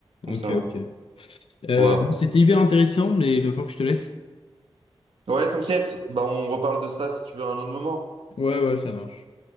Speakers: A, on the right (about 85°); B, on the left (about 75°).
A: Donc,
B: Ok,
A: ça va.
B: ok. Euh,
A: Voilà.
B: c'était hyper intéressant, mais il va falloir que je te laisse.
A: Ouais, t'inquiète. Bah, on reparle de ça si tu veux à un autre moment.
B: Ouais, ouais, ça marche.